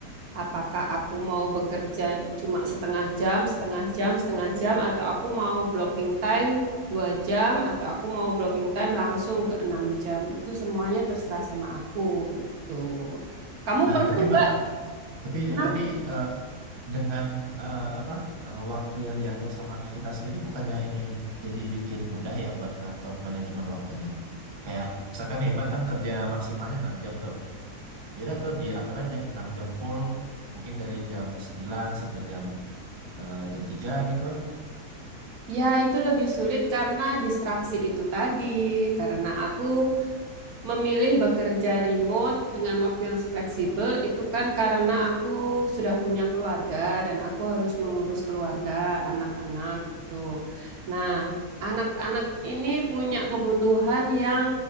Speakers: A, on the right; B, on the right.
A: Apakah aku mau bekerja cuma setengah jam, setengah jam, setengah jam, atau aku mau blocking time 2 jam, atau aku mau blocking time langsung ke 6 jam. Itu semuanya terserah sama aku gitu. Kamu
B: Nah,
A: pernah
B: tapi
A: nggak?
B: Mbak, tapi
A: Pernah.
B: tapi eh, dengan eh, apa eh, waktu yang diatur sama kita sendiri bukannya ini jadi bikin mudah ya buat ngatur manajemen waktunya kayak misalkan nih mbak kan kerja maksimalnya 6 jam tuh ya udah tuh diatur aja 6 jam full mungkin dari jam 9 sampai jam eh, jam tiga gitu
A: Ya, itu lebih sulit karena distraksi itu tadi. Karena aku memilih bekerja remote dengan waktu yang fleksibel itu kan karena aku sudah punya keluarga dan aku harus mengurus keluarga, anak-anak itu. Nah, anak-anak ini punya kebutuhan yang